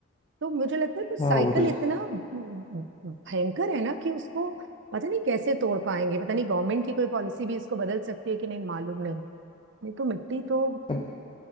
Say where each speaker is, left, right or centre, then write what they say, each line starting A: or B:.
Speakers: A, on the right; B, on the left.
A: तो मुझे लगता है वो साइकिल
B: हाँ वो तो ज-
A: इतना भयंकर है ना कि उसको पता नहीं कैसे तोड़ पाएंगे पता नहीं गवर्नमेंट की कोई पॉलिसी भी इसको बदल सकती है कि नहीं मालूम नहीं नहीं तो मिट्टी तो
B: अब